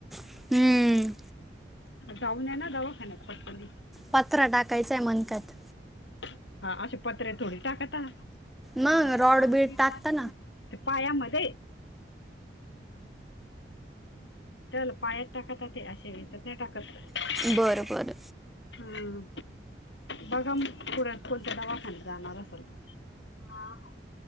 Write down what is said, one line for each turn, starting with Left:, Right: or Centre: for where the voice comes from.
Centre: हम्म
Left: हं. जाऊन याना दवाखान्यात. फटकणी.
Centre: पत्रा टाकायचाय, म्हणत्यात.
Left: हा, अशे पत्रे थोडी टाकता, हा. <unintelligible>
Centre: मग रॉड
Left: असत
Centre: बीड टाकता
Left: ना. पायामध्ये. तल पायात टाकत ते. असे येचत नाही टाकत.
Centre: बरं
Left: बर.
Centre: बरं
Left: हम्, बघा म पुरात कोण त दवाखान्यात जाणार असाल त. हा, हा.